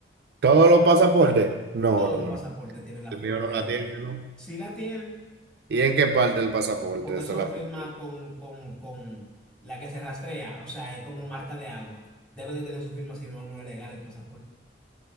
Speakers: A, on the right (about 60°); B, in the centre.
A: todos los pasaportes, no,
B: todos
A: no,
B: los pasaportes
A: no.
B: tienen la
A: El
B: firma
A: mío no
B: de
A: la tiene,
B: ella.
A: ¿no?
B: Sí la tiene
A: ¿Y en qué parte del pasaporte?
B: porque
A: Esa
B: son
A: es la
B: firmas
A: pregunta.
B: con, con, con la que se rastrea, o sea, es como marca de agua. Debe de tener su firma, si no, no es legal el pasaporte.